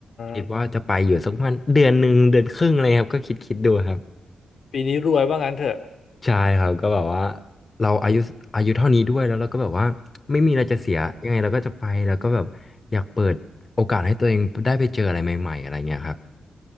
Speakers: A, on the left (about 30°); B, on the left (about 65°).
A: คิดว่าจะไปอยู่สักประมาณเดือนหนึ่งเดือนครึ่งอะไรครับก็คิดคิดดูครับ
B: าปีนี้รวยว่างั้นเถอะ
A: ใช่ครับก็แบบว่าเราอายุอายุเท่านี้ด้วยแล้วเราก็แบบว่าไม่มีอะไรจะเสียยังไงเราก็จะไปแล้วก็แบบอยากเปิดโอกาสให้ตัวเองได้ไปเจออะไรใหม่ๆอะไรเงี้ยครับ
B: ครับ